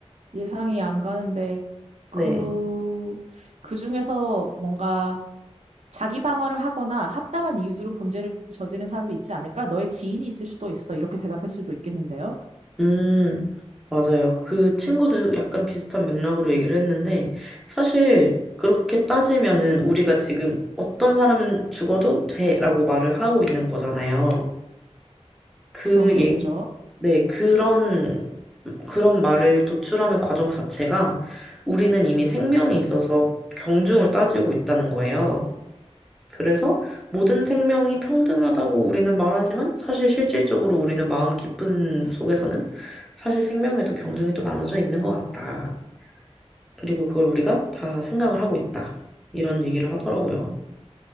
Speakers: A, on the right; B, in the centre.
A: 예상이 안 가는데 그,
B: 네.
A: 그 중에서 뭔가 자기 방어를 하거나 합당한 이유로 범죄를 저지른 사람도 있지 않을까? 너의 지인이 있을 수도 있어. 이렇게 대답할 수도 있겠는데요.
B: 음, 맞아요. 그 친구도 약간 비슷한 맥락으로 얘기를 했는데, 사실, 그렇게 따지면은 우리가 지금 어떤 사람은 죽어도 돼라고 말을 하고 있는 거잖아요. 그
A: 그런 게 되죠.
B: 네, 그런, 그런 말을 도출하는 과정 자체가 우리는 이미 생명이 있어서 경중을 따지고 있다는 거예요. 그래서 모든 생명이 평등하다고 우리는 말하지만 사실 실질적으로 우리는 마음 깊은 속에서는 사실 생명에도 경중이 또 나눠져 있는 것 같다. 그리고 그걸 우리가 다 생각을 하고 있다. 이런 얘기를 하더라고요.